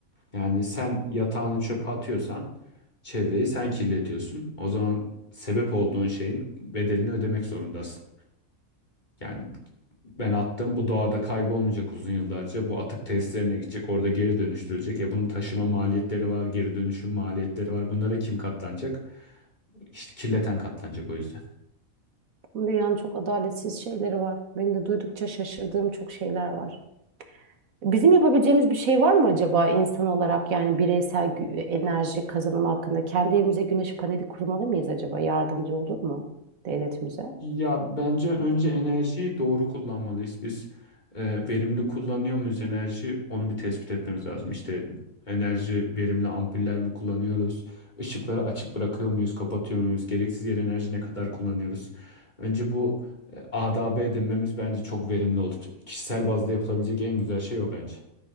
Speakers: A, on the left (about 30°); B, on the right (about 75°).
A: Yani sen yatağını çöpe atıyorsan çevreyi sen kirletiyorsun. O zaman sebep olduğun şeyin bedelini ödemek zorundasın. Yani ben attım. Bu doğada kaybolmayacak uzun yıllarca. Bu atık tesislerine gidecek. Orada geri dönüştürülecek. E bunun taşıma maliyetleri var. Geri dönüşüm maliyetleri var. Bunlara kim katlanacak? İşte kirleten katlanacak o yüzden.
B: Bu Dünyanın çok adaletsiz şeyleri var. Benim de duydukça şaşırdığım çok şeyler var. Bizim yapabileceğimiz bir şey var mı acaba insan olarak yani bireysel gü- enerji kazanımı hakkında kendi evimize güneş paneli kurmalı mıyız acaba? Yardımcı olur mu devletimize?
A: Ya bence önce enerjiyi doğru kullanmalıyız. Biz e, verimli kullanıyor muyuz enerji? Onu bir tespit etmemiz lazım. İşte enerji verimli ampuller mi kullanıyoruz? Işıkları açık bırakıyor muyuz, kapatıyor muyuz? Gereksiz yere enerji ne kadar kullanıyoruz? Önce bu e, adabı edinmemiz bence çok verimli olur. Kişisel bazda yapılabilecek en güzel şey o bence.